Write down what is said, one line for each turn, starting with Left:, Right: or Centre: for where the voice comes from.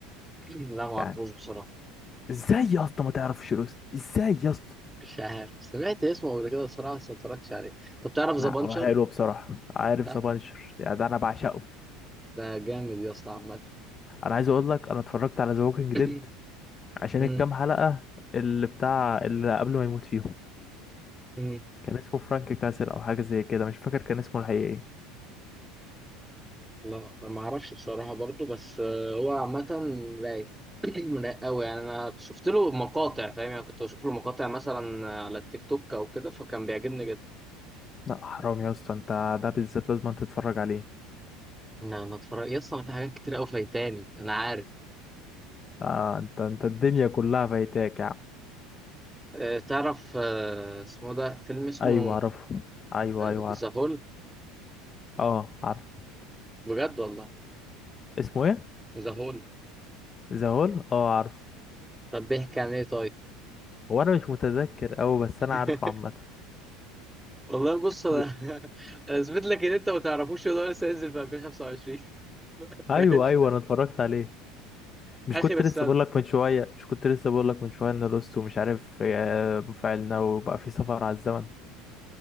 Centre: <clears throat> لا ما اعرفوش
Left: يعني
Centre: بصراحه
Left: ازاي يا اسطى ما تعرفش لوست ازاي يا اسطى
Centre: مش عارف سمعت اسمه قبل كده بصراحه بس ما اتفرجتش عليه طب تعرف ذا
Left: لا
Centre: بانشر
Left: هو حلو بصراحة عارف
Centre: لا
Left: سبانشر يعني ده انا بعشقه
Centre: ده جامد يا اسطى عامه
Left: انا عايز اقول لك انا اتفرجت على ذا ووكينج
Centre: <clears throat>
Left: ديد عشان
Centre: مم.
Left: الكام حلقة اللي بتاع اللي قبل ما يموت فيهم
Centre: مم.
Left: كان اسمه فرانك كاسل او حاجة زي كده مش فاكر كان اسمه الحقيقي ايه
Centre: لا ما اعرفش بصراحه برضو بس آه هو عامه رايق <clears throat> رايق قوي يعني انا شفت له مقاطع فاهم يعني كنت بشوف له مقاطع مثلا على التيك توك او كده فكان بيعجبني جدا
Left: لا حرام يا اسطى انت ده بالذات لازم أن تتفرج عليه
Centre: لا انا اتفرج يا اسطى أنا في حاجات كتير قوي فايتاني انا عارف
Left: آه انت انت الدنيا كلها فايتاك يا عم
Centre: أه تعرف أه اسمه ده فيلم اسمه
Left: ايوه عارفه ايوه
Centre: آه،
Left: ايوه عارف
Centre: ذا هول
Left: اه عارف
Centre: بجد والله
Left: اسمه ايه
Centre: ذا هول
Left: ذا هول اه عارف
Centre: طب بيحكي عن ايه طيب
Left: هو انا مش متذكر اوي بس انا
Centre: <laughs>
Left: عارفه عامة
Centre: والله بص
Left: <laughs>
Centre: انا <laughs> انا اثبت لك ان انت ما تعرفوش ان هو لسه هينزل في 2025 <laughs>
Left: ايوه
Centre: فايش
Left: ايوه انا اتفرجت عليه مش
Centre: اخر
Left: كنت
Centre: السنه
Left: لسه بقول لك من شويه مش كنت لسه بقول لك من شويه ان لوست ومش عارف آه، مفاعلنا وبقى في سفر على الزمن